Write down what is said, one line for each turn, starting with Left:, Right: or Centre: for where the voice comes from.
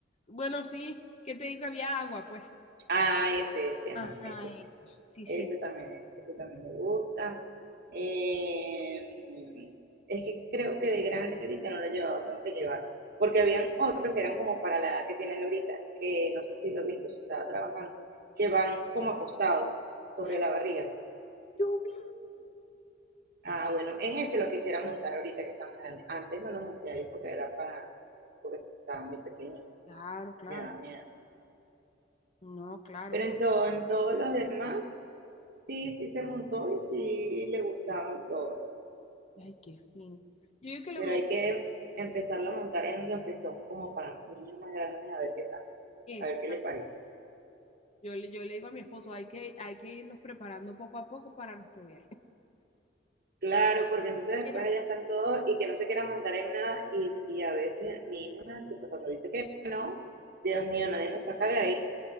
Left: Bueno, sí, ¿qué te digo? Había agua, pues.
Right: Ah, ese, ese,
Left: Ajá,
Right: ajá, ese.
Left: ese.
Right: sí.
Left: Sí,
Right: Ese
Left: sí.
Right: también, ese también le gusta. Eh, es que creo que de grande ahorita no lo he llevado, tengo que llevarlo. Porque habían otros que eran como para la edad que tiene él ahorita, que no sé si lo he visto, si estaba trabajando, que van como acostados sobre
Left: ¡Ah!
Right: la barriga.
Left: Yo vi.
Right: Ah, bueno, en ese lo quisiera montar ahorita que está más grande. Antes no lo monté ahí porque era para, porque estaba muy pequeño,
Left: Claro, claro.
Right: me daba miedo.
Left: No, claro.
Right: Pero en todo, en todos los demás, sí, sí se montó y sí le gustaban todos.
Left: Ay, qué fino. Yo digo que lo
Right: pero
Left: mejor
Right: hay que empezarlo a montar en los que son como para niños más grandes a ver qué tal,
Left: es,
Right: a ver qué le parece.
Left: yo, le- yo le digo a mi esposo, hay que, hay que irlos preparando poco a poco para nuestro viaje.
Right: Claro, porque entonces
Left: Pero
Right: después allá están todos y que no se quiera montar en nada y, y a veces mi hijo es así, pues cuando dice que no, Dios mío, nadie nos saca de ahí.